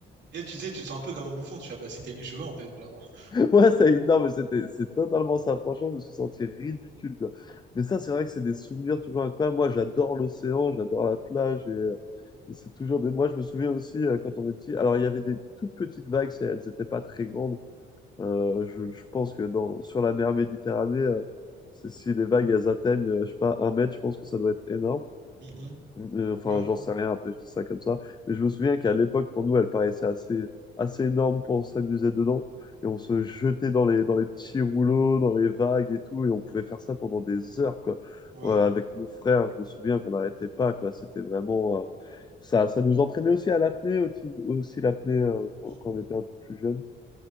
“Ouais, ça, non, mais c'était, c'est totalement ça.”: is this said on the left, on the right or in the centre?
Left